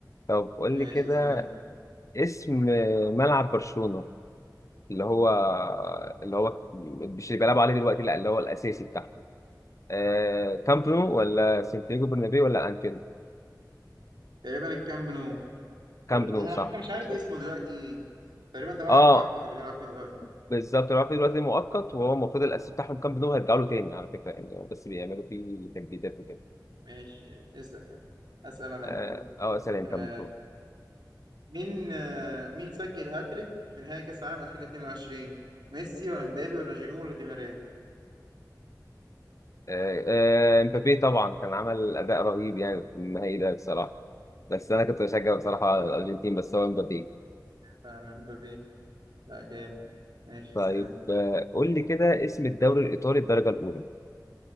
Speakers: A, on the left; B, on the right.
A: طب قول
B: ماشي
A: لي كده
B: اسأل أنت
A: اسم ملعب برشلونة اللي هو اللي هو مش اللي بيلعبوا عليه دلوقتي لا اللي هو الأساسي بتاعهم آه كامب نو ولا سانتياغو برنابيو ولا أنفيلد
B: تقريبا الكامب نو
A: كامب
B: ال-
A: نو
B: أنا
A: صح
B: حتى مش
A: بالظبط
B: عارف اسمه دلوقتي إيه تقريبا ده ملعب
A: اه
B: مؤقت اللي بيلعب فيه دلوقتي
A: بالظبط اللي هو في دلوقتي مؤقت وهو المفروض الأساسي بتاعهم كامب نو هيرجعوا له تاني على فكرة يعني بس بيعملوا فيه تجديدات وكده
B: ماشي اسأل أسأل أنا المفروض
A: اه آه، سلام
B: آه،
A: كان مطلوب
B: مين آه، مين سجل هاتريك في نهائي كأس العالم 2022 ميسي ولا مبابي ولا جيرو ولا دي ماريا
A: آه، آه، امبابي طبعا كان عمل اداء رهيب يعني في النهائي ده بصراحه بس انا كنت بشجع بصراحه على الارجنتين بس هو امبابي
B: فعلا مبابي لا جامد ماشي
A: طيب
B: اسأل انت
A: آه، قول لي كده اسم الدوري الايطالي الدرجه الاولى